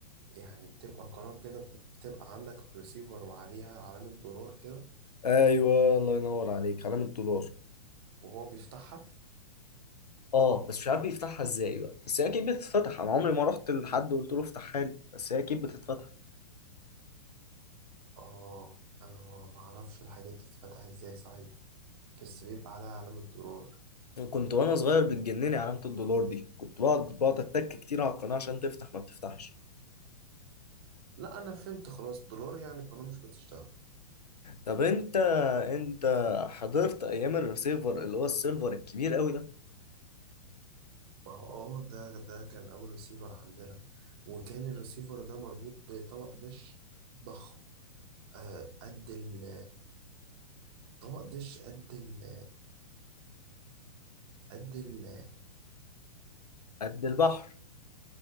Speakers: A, on the right (about 40°); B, on the left (about 75°).
A: يعني بتبقى قناة كده بتبقى عندك ريسيفر وعليها علامة دولار كده
B: ايوه الله ينور عليك علامة دولار
A: وهو بيفتحها
B: اه بس مش عارف بيفتحها ازاي بقى بس هي اكيد بتتفتح انا عمري ما رحت لحد وقلت له افتحها لي بس هي اكيد بتتفتح
A: اه انا ما اعرفش الحاجات دي بتتفتح ازاي صحيح بس بيبقى عليها علامة دولار
B: كنت وانا صغير بتجنني علامه الدولار دي كنت بقعد بقعد اتك كتير على القناه عشان تفتح ما بتفتحش
A: لا انا فهمت خلاص دولار يعني القناة مش بتشتغل
B: طب انت انت حضرت ايام الريسيفر اللي هو السيلفر الكبير قوي ده
A: ما هو اه ده ده كان اول ريسيفر عندنا وكان الريسيفر ده مربوط بطبق دش ضخم آه قد ال طبق دش قد ال قد ال
B: قد البحر